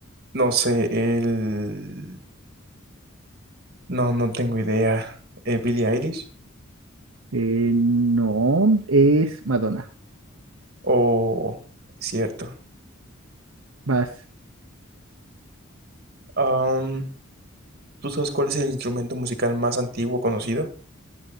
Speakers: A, on the right (about 50°); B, on the right (about 80°).
A: no sé, el... No, no tengo idea. Eh, ¿Billie Eilish?
B: Eh, no, es Madonna.
A: o cierto.
B: Vas.
A: Am, ¿tú sabes cuál es el instrumento musical más antiguo conocido?